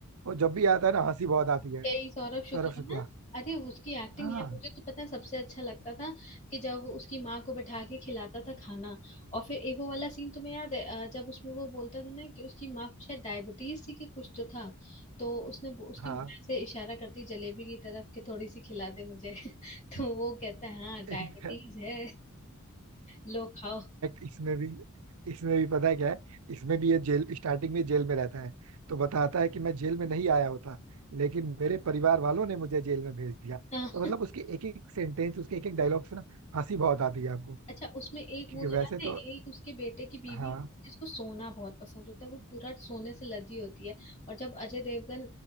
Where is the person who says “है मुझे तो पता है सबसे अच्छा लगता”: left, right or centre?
Left